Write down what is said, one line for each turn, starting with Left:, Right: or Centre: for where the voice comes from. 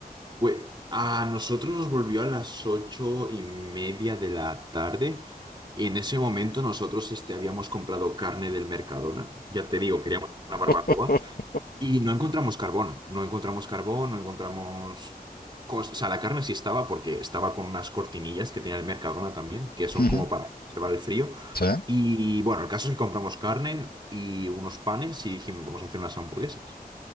Right: Pues a nosotros nos volvió a las ocho y media de la tarde y en ese momento nosotros este, habíamos comprado carne del Mercadona, ya te digo, queríamos una barbacoa
Left: <laughs>
Right: y no encontramos carbón, no encontramos carbón, no encontramos... cos- O sea, la carne sí estaba porque estaba con unas cortinillas que tenía el Mercadona también, que son
Left: Ujú,
Right: como para conservar el frío.
Left: ¿Sí?
Right: Y bueno, el caso es que compramos carne y unos panes y dijimos, vamos a hacer unas hamburguesas.